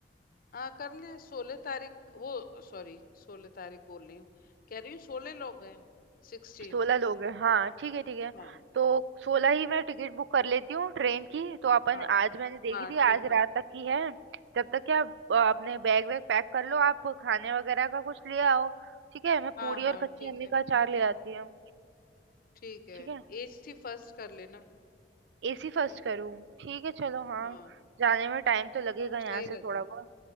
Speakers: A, on the left; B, on the right.
A: हाँ कर ले सोलह तारीख वो सॉरी सोलह तारीख बोल रही हूँ कह रही हूँ सोलह लोग हैं सिक्सटीन
B: सोलह लोग हैं हाँ ठीक है ठीक है
A: हाँ
B: तो सोलह ही मैं टिकट बुक कर लेती हूँ ट्रेन की तो अपन
A: हाँ
B: आज मैंने देखी
A: हाँ ठीक
B: थी आज
A: है
B: रात तक की है जब तक क्या आप अ, अपने बैग वैग पैक कर लो आप खाने वगैरह का कुछ ले आओ ठीक है मैं
A: हाँ
B: पूड़ी
A: हाँ
B: और कच्ची
A: ठीक
B: अम्मी
A: है
B: का अचार ले आती हूँ
A: ठीक है
B: ठीक है
A: एसी फर्स्ट कर लेना
B: एसी फर्स्ट
A: हम्म
B: करूँ ठीक है चलो हाँ
A: हाँ
B: जाने में टाइम तो लगेगा
A: है ना वो
B: यहाँ
A: सही
B: से
A: रहता
B: थोड़ा
A: है
B: बहुत